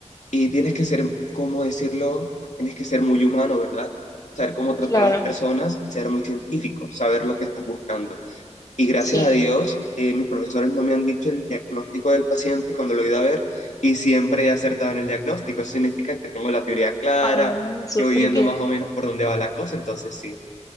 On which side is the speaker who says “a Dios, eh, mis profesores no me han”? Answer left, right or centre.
Left